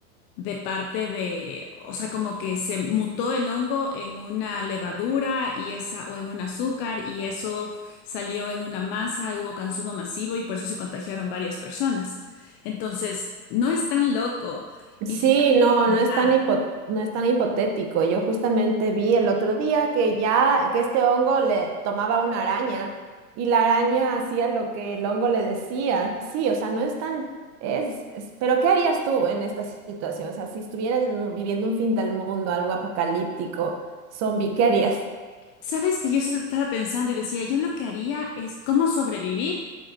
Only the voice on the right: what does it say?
Sí,
no,
no es tan hipo- no es tan hipotético. Yo justamente vi el otro día que ya, que este hongo le tomaba una araña y la araña hacía lo que el hongo le decía. Sí, o sea, no es tan, es, es- pero ¿qué harías tú en esta situación? O sea, si estuvieras en un- viviendo un fin del mundo, algo apocalíptico, zombie, ¿qué harías?